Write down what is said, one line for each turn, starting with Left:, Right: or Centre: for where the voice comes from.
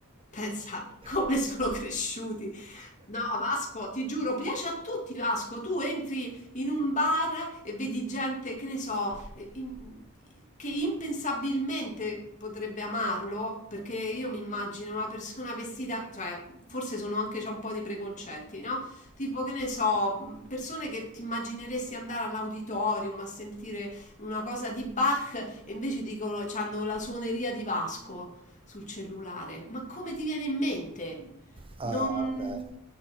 Left: pensa <laughs> come
Right: <laughs>
Left: sono cresciuti. No, Vasco, ti giuro, piace a tutti, Vasco. Tu entri in un bar e vedi gente, che ne so, eh, in- che impensabilmente potrebbe amarlo, perché io mi immagino una persona vestita, cioè, forse sono anche c'è un po' di preconcetti, no? Tipo, che ne so, persone che ti immagineresti andare all'auditorium a sentire una cosa di Bach e invece dicono, hanno la suoneria di Vasco sul cellulare. Ma come ti viene in mente?
Right: Ah,
Left: Non...
Right: dai.